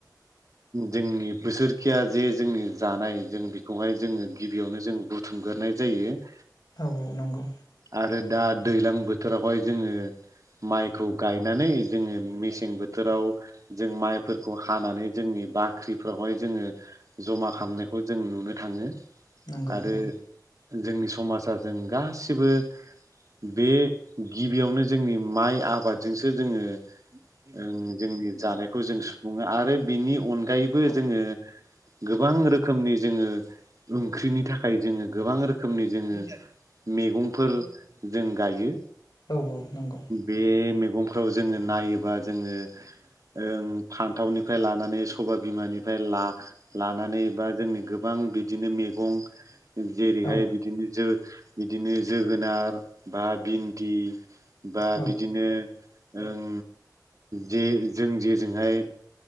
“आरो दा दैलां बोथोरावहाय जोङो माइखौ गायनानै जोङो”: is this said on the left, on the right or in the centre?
Right